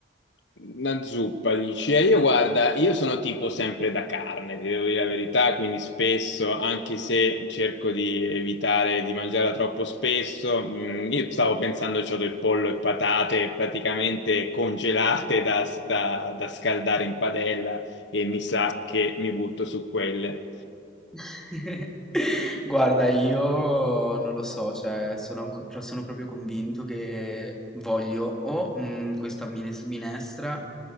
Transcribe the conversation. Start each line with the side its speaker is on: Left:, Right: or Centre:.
Left: Una zuppa, dici. E io guarda, io sono tipo sempre da carne, ti devo dire la verità, quindi spesso, anche se cerco di evitare di mangiarla troppo spesso, mh, io stavo pensando c'ho del pollo e patate praticamente congelate da, da da scaldare in padella e mi sa che mi butto su quelle.
Centre: <laughs> Guarda, io non lo so, cioè sono, anco- pro- sono proprio convinto che voglio o mm, questa mine- minestra